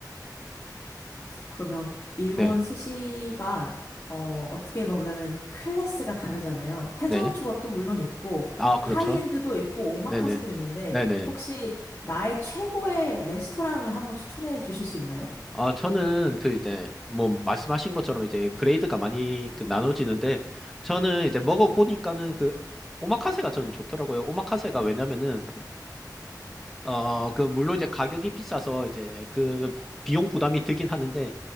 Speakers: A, on the left; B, in the centre.
A: 그러면 일본
B: 네,
A: 스시가 어, 어떻게 보면은 클래스가 다르잖아요. 회전
B: 네.
A: 초밥도 물론 있고
B: 아,
A: 하이엔드도
B: 그렇죠.
A: 있고 오마카세도
B: 네네.
A: 있는데
B: 네네.
A: 혹시 나의 최고의 레스토랑을 한번 추천해 주실 수 있나요?
B: 아, 저는 그 이제 뭐 말씀하신 것처럼 이제 그레이드가 많이 그 나눠지는데 저는 이제 먹어보니까는 그 오마카세가 저는 좋더라고요. 오마카세가 왜냐면은 어, 그, 물론 이제 가격이 비싸서 이제 그 비용 부담이 들긴 하는데,